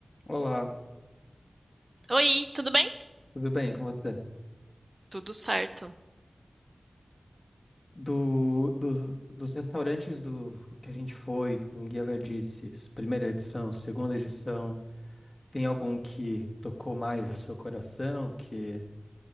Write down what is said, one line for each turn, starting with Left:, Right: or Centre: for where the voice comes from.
Left: Olá,
Right: Oi, tudo bem?
Left: tudo bem com você?
Right: Tudo certo.
Left: Do, do- dos restaurantes do que a gente foi com Guia Verdices, primeira edição, segunda edição, tem algum que tocou mais o seu coração, que